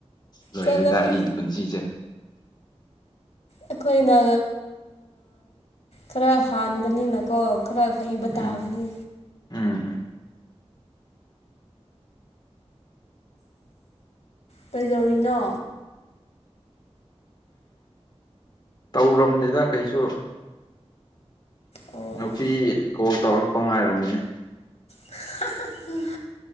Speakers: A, on the left (about 40°); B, on the left (about 80°).
A: ꯂꯣꯏꯔꯤꯗ
B: ꯆꯠꯂꯣꯍꯦ
A: ꯑꯩꯒꯤ ꯄꯨꯟꯁꯤꯁꯦ
B: ꯑꯩꯈꯣꯏꯅ ꯈꯔ ꯍꯥꯟꯕꯅꯤꯅ ꯀꯣ ꯈꯔ ꯍꯩꯕ
A: ꯎꯝ
B: ꯇꯥꯕꯅꯤ
A: ꯎꯝ ꯎꯝ
B: ꯀꯩꯗꯧꯔꯤꯅꯣ
A: ꯇꯧꯔꯝꯗꯦꯗ ꯀꯩꯁꯨ
B: ꯑꯣ
A: ꯅꯨꯄꯤ
B: ꯑꯣ
A: ꯀꯣꯜ ꯇꯧꯔꯛꯄ ꯉꯥꯏꯔꯝꯃꯤꯅꯦ
B: <unintelligible>